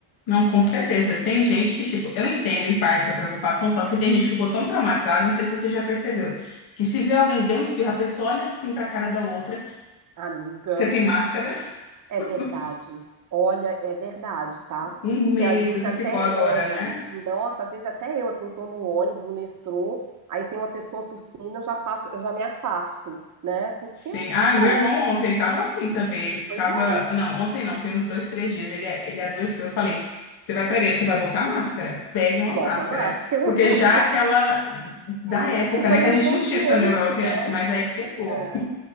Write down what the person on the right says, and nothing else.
amiga?
É
verdade. Olha, é verdade, tá?
Que às vezes
até
é,
nossa, às vezes até eu assim tô no ônibus, no metrô, aí tem uma pessoa tossindo, eu já faço, eu já me afasto, né? Porque
ficou.
Pois
é.
Bota
a máscara.
<laughs>
É,
fica
no
inconsciente,
né?
É.